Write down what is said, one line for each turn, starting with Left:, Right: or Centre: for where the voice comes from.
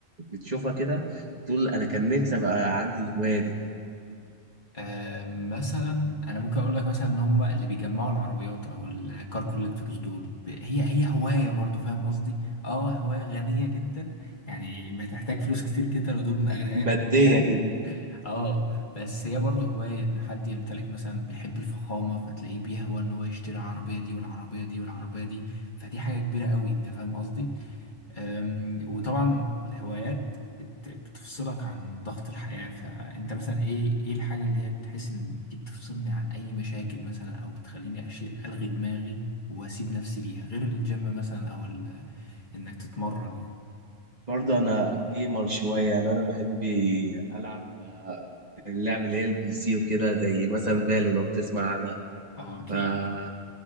Right: بتشوفها كده وتقول انا كان نفسي ابقى عندي الهوايه دي
Left: آه مثلا انا ممكن اقول لك مثلا ان هم اللي بيجمعوا العربيات او الكار كوليكتورز دول ب- هي هي هوايه برضو فاهم قصدي اه هوايه غنيه جدا يعني بتحتاج فلوس كتير جدا ودول من اغنياء
Right: ماديه
Left: البلد يعني
Right: كده
Left: اه بس هي برضو هوايه ان حد يمتلك مثلا بيحب الفخامه فتلاقيه بيهوى ان هو يشتري العربيه دي والعربيه دي والعربيه دي فدي حاجه كبيره قوي انت فاهم قصدي أم، وطبعا الهوايات بت- بتفصلك عن ضغط الحياة فأنت مثلا إيه إيه الحاجة اللي هي تحس إن دي بتفصلني عن أي مشاكل مثلا أو بتخليني أشيء ألغي دماغي وأسيب نفسي ليها غير الجيم مثلا أو ال- إنك تتمرن يعني
Right: برضو انا جيمر شويه يعني انا بحب العب اللعب اللي هي البي سي وكده زي مثلا فالو لو تسمع
Left: أه أكيد
Right: عنها